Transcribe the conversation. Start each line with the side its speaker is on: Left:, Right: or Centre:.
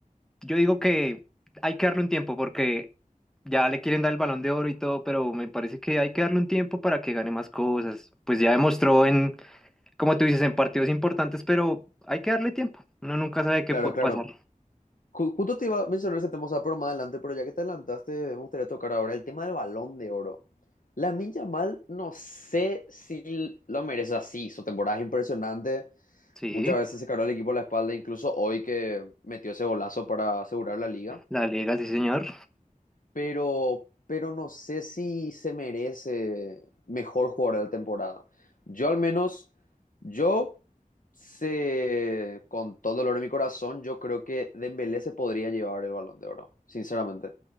Centre: Yo digo que hay que darle un tiempo porque ya le quieren dar el Balón de Oro y todo, pero me parece que hay que darle un tiempo para que gane más cosas. Pues ya demostró en, como tú dices, en partidos importantes, pero hay que darle tiempo. Uno nunca sabe qué
Left: Claro,
Centre: puede
Left: claro.
Centre: pasar.
Left: Ju- justo te iba a mencionar ese tema, o sea, pero más adelante, pero ya que te adelantaste, me gustaría tocar ahora el tema del Balón de Oro. minja mal no sé si lo merece así. Su temporada es impresionante.
Centre: Sí,
Left: Muchas veces se cargó el equipo a la espalda, incluso hoy que metió ese golazo para asegurar la liga.
Centre: la Liga, sí, señor.
Left: Pero, pero no sé si se merece mejor jugador de la temporada. Yo al menos, yo sé, con todo el dolor de mi corazón, yo creo que Dembélé se podría llevar el Balón de Oro, sinceramente.